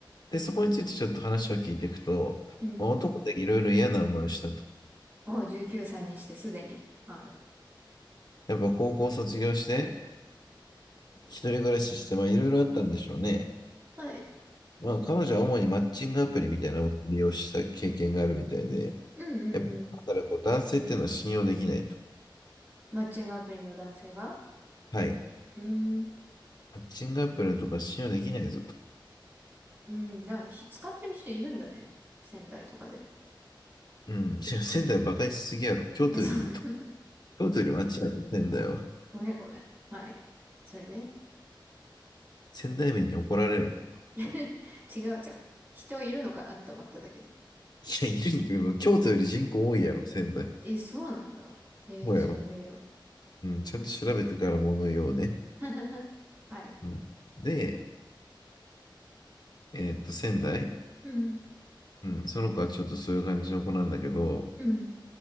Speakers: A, on the left; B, on the right.
A: で、そこについてちょっと話を聞いていくと、
B: うん。
A: まあ男でいろいろ嫌な思いをしたと。
B: おう、19歳にしてすでに。はい。
A: やっぱ高校卒業して、一人暮らしして、まあいろいろあったんでしょうね。
B: はい。
A: まあ彼女は主にマッチングアプリみたいなものを利用した経験があるみたいで、
B: うんうんうん。
A: やっぱ、だからこう男性っていうのは信用できないと。
B: マッチングアプリの男性が
A: はい。
B: うーん。
A: マッチングアプリのとか信用できないぞと。
B: うん。だからひ使ってる人いるんだね。仙台とかで。
A: うん。いや仙台バカにしすぎやろ。京都よりいいと。
B: え、そうだ。<laughs>
A: 京都より街やってんだよ。
B: ごめんごめん。はい。それで
A: 仙台民に怒られろ。い
B: <laughs> 違うじゃん。人いるのかなって思っただけで。
A: や、いるに決めば、京都より人口多いやろ、仙台。
B: え、そうなんだ。えー調べよう。
A: そうやろ。うん。ちゃんと調べてから物言おうね。
B: <laughs> はい。
A: うん。で、えーっと、仙台。
B: うん。
A: うん、その子はちょっとそういう感じの子なんだけど、
B: うん。